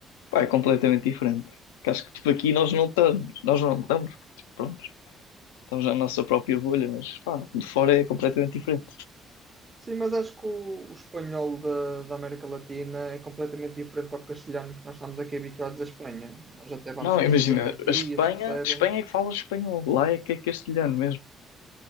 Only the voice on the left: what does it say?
Pá, é completamente diferente. Que acho que tipo, aqui nós não estamos, nós não estamos, porque, tipo, pronto, estamos na nossa própria bolha, mas pá, de fora é completamente diferente.
Não,
imagina,
a Espanha,
Espanha é que fala espanhol, lá é que é castelhano mesmo.